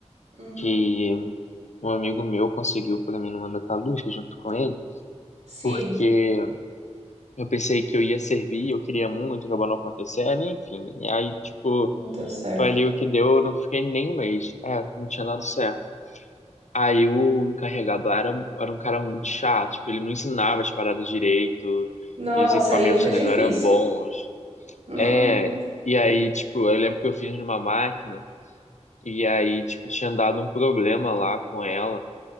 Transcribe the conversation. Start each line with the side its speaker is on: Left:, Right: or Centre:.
Right: uhum.
Left: Que um amigo meu conseguiu para mim numa metalúrgica junto com ele,
Right: Sim,
Left: porque Eu pensei que eu ia servir, eu queria muito, acabou não acontecendo, enfim. E aí, tipo,
Right: não deu certo.
Left: foi ali o que deu, eu não fiquei nem um mês. É, não tinha dado certo. Aí o encarregado lá era, era um cara muito chato, tipo, ele não ensinava as paradas direito,
Right: Nossa,
Left: e os equipamentos
Right: aí fica
Left: também
Right: difícil.
Left: não eram bons.
Right: Hum,
Left: É, e aí, tipo, eu lembro que eu fiz numa máquina, e aí, tipo, tinha dado um problema lá com ela